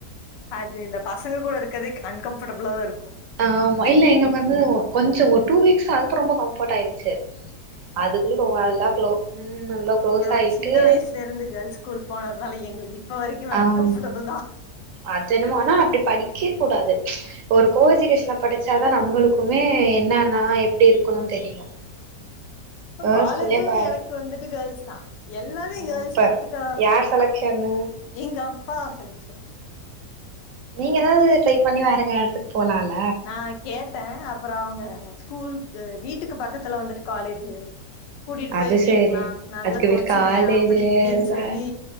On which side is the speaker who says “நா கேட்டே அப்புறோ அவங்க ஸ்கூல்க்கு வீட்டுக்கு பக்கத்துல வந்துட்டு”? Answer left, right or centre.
Left